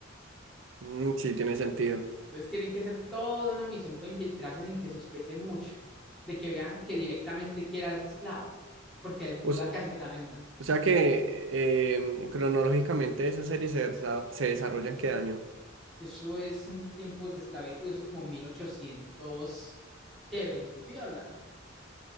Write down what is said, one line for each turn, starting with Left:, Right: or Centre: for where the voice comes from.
Right: Mm, sí, tiene sentido.
Centre: Entonces tienen que hacer toda una misión para infiltrarse sin que sospechen mucho, de que vean que directamente quiera a esa esclava, porque duda
Right: O, se-
Centre: que así se la vendan.
Right: o sea que eh, cronológicamente esas series se, desa- se desarrollan ¿qué año?
Centre: Eso es en tiempos de esclavitud, eso es como 1800 ¿qué? 20 piola,